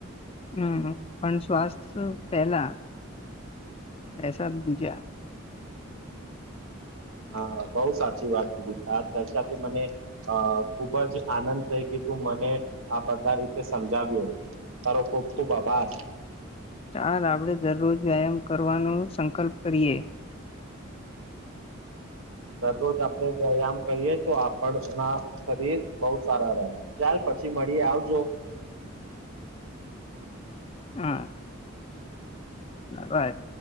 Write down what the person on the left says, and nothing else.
હું હું પણ શ્વાસ પહેલા એસા બીજયા
ચાલ આપણે દરરોજ વ્યાયામ કરવાનો સંકલ્પ કરીએ.
હા બાય.